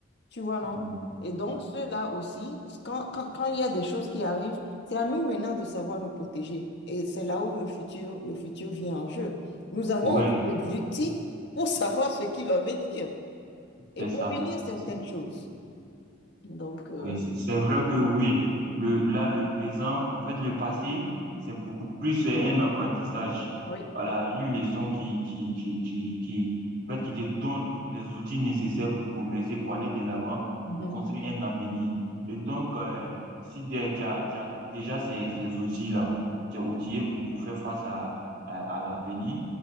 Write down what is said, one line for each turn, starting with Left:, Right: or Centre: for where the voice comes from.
Left: Tu vois, non?
Right: Mhm.
Left: Et donc, ceux-là aussi, quand, quand, quand il y a des choses qui arrivent, c'est à nous maintenant de savoir nous protéger. Et c'est là où le futur, le futur vient en jeu. Nous avons
Right: Ouais,
Left: aussi des outils pour savoir ce qui va venir et
Right: c'est
Left: prévenir
Right: ça.
Left: certaines
Right: C'est ça.
Left: choses. Donc, euh,
Right: Oui, c'est c'est vrai que oui, le, là, le présent, en fait, le passé, c'est beaucoup plus euh, un apprentissage.
Left: oui.
Right: Voilà, une leçon qui, qui, qui, qui, qui, en fait, qui te donne les outils nécessaires pour progresser, pour aller de l'avant,
Left: Mhm,
Right: pour construire un avenir. Et donc, euh, si dé- tu as, tu as déjà ces, ces outils-là, tu es outillé pour, pour faire face à, à, à l'avenir